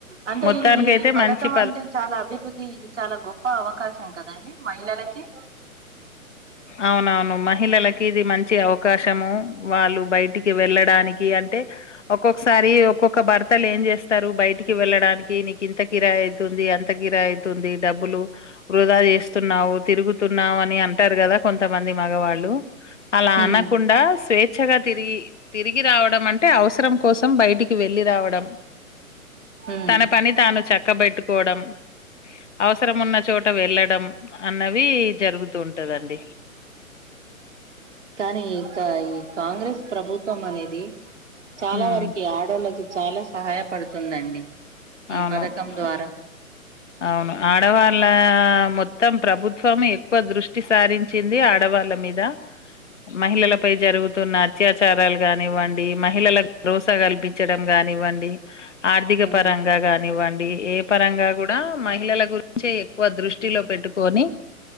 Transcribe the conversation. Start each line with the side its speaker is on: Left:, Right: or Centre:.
Right: అంటే
Left: మొత్తానికైతే
Right: ఈ పథకం
Left: మంచి
Right: అంటే చాలా అభివృద్ధి ఇది చాలా గొప్ప అవకాశం కదా దాని మహిళలకి
Left: అవునవును మహిళలకి ఇది మంచి అవకాశము వాళ్ళు బయటికి వెళ్ళడానికి అంటే ఒక్కొక్కసారి ఒక్కొక్క భర్తలు ఏం చేస్తారు బయటికి వెళ్ళడానికి నీకు ఇంత కిరాయి అవుతుంది అంత కిరాయి అవుతుంది డబ్బులు వృధా చేస్తున్నావు తిరుగుతున్నావు అని అంటారు కదా ఎంతమంది మగవాళ్ళు అలా
Right: ఉమ్
Left: అనకుండా స్వేచ్ఛగా తిరిగి తిరిగి రావడం అంటే అవసరం కోసం బయటికి వెళ్ళి రావడం
Right: ఉమ్
Left: తన పని తాను చక్కబెట్టుకోవడం అవసరం ఉన్న చోట వెళ్ళడం అన్నవి జరుగుతూ ఉంటదండి
Right: కానీ ఇంక కాంగ్రెస్ ప్రభుత్వం అనేది చాలా
Left: ఉమ్
Right: వరకి ఆడోళ్ళకి చాలా సహాయపడుతుందండి ఈ
Left: అవును
Right: పథకం ద్వారా
Left: అవును ఆడవాళ్ళ మొత్తం ప్రభుత్వం ఎక్కువ దృష్టి సారించింది ఆడవాళ్ళ మీద మహిళలపై జరుగుతున్న అత్యాచారాలు కానివ్వండి మహిళలకు భరోసా కల్పించడం కానివ్వండి ఆర్థిక
Right: ఉమ్
Left: పరంగా కానివ్వండి ఏ పరంగా కూడా మహిళల గురించే ఎక్కువ దృష్టిలో పెట్టుకొని